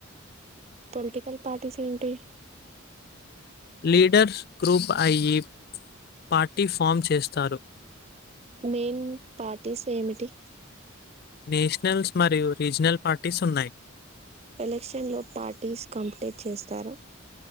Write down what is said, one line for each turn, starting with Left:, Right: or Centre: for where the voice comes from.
Right: పొలిటికల్ పార్టీస్ ఏంటి
Left: లీడర్స్ గ్రూప్ అయ్యి పార్టీ ఫామ్ చేస్తారు
Right: మెయిన్ పార్టీస్ ఏమిటి
Left: నేషనల్స్ మరియు రీజనల్ పార్టీస్ ఉన్నాయి.
Right: ఎలక్షన్ లో పార్టీస్ కంప్టే చేస్తారా